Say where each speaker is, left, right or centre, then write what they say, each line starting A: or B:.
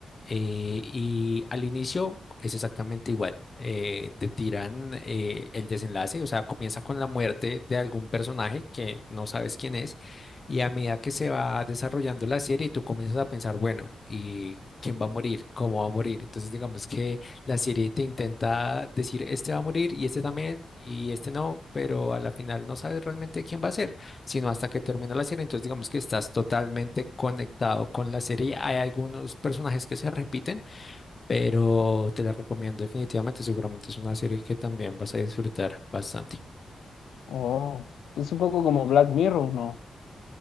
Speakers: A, on the left; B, on the left.
A: Eh, y al inicio es exactamente igual. eh, te tiran eh, el desenlace, o sea, comienza con la muerte de algún personaje que no sabes quién es, y a medida que se va desarrollando la serie, tú comienzas a pensar, bueno, ¿y quién va a morir? ¿Cómo va a morir? Entonces, digamos que la serie te intenta decir, este va a morir y este también, y este no, pero a la final no sabes realmente quién va a ser sino hasta que termina la serie. Entonces, digamos que estás totalmente conectado con la serie. Hay algunos personajes que se repiten, pero te la recomiendo definitivamente. Seguramente es una serie que también vas a disfrutar bastante.
B: Oh, es un poco como Black Mirror, ¿no?